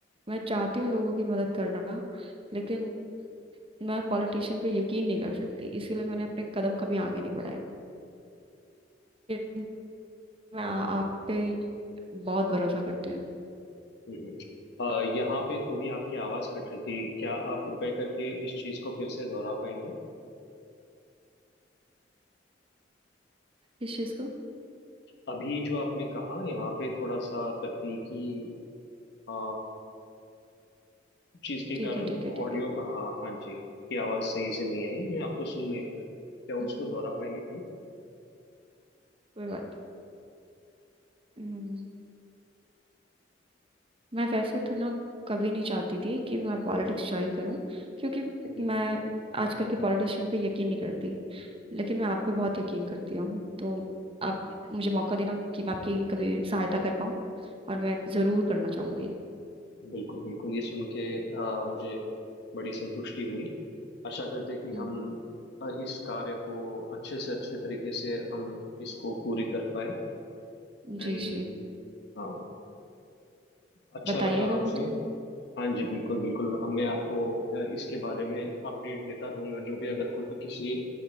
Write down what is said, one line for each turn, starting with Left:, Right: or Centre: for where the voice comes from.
Right: मैं चाहती हूँ लोगों की मदद करना लेकिन मैं पॉलिटिशियन पे यकीन नहीं कर सकती इसीलिए मैंने अपने कदम कभी आगे नहीं बढ़ाए लेकिन मैं आ- आप पे बहुत भरोसा करती हूँ।
Left: हम्म, हम्म। अ, यहाँ पे थोड़ी आपकी आवाज कट रही थी क्या आप कृपया करके इस चीज को फिर से दोहरा पाएंगे
Right: किस चीज को
Left: अभी जो आपने कहा यहाँ पे थोड़ा सा तकनीकी अ, चीज के
Right: ठीक
Left: कारण
Right: है ठीक है ठीक
Left: ऑडियो
Right: है
Left: हाँ हाँ जी की आवाज सही से नहीं आई मैं आपको सुन नहीं पाया क्या उसको
Right: हम्म,
Left: दोहरा पाएंगे
Right: कोई बात नहीं। हम्म, मैं वैसे तो ना कभी नहीं चाहती थी कि मैं पॉलिटिक्स ज्वाइन करूं क्योंकि
Left: प्लीज
Right: मैं आजकल के पॉलिटिशियन पे यकीन नहीं करती लेकिन मैं आप पे बहुत यकीन करती हूँ तो आप मुझे मौका देना कि मैं आपकी कभी सहायता कर पाऊँ और मैं जरूर करना चाहूंगी
Left: बिल्कुल बिल्कुल ये सुन के अ, मुझे बड़ी संतुष्टि हुई आशा करते हैं कि
Right: हम्म,
Left: हम अ, इस कार्य को अच्छे से अच्छे तरीके से हम इसको पूरी कर पाए एंड
Right: जी जी
Left: हाँ अच्छा
Right: बताइएगा
Left: लगा आपसे
Right: मुझे
Left: हाँ जी बिल्कुल बिल्कुल हम मैं आपको अ, इसके बारे में अपडेट देता रहूंगा जो भी अगर को, किसी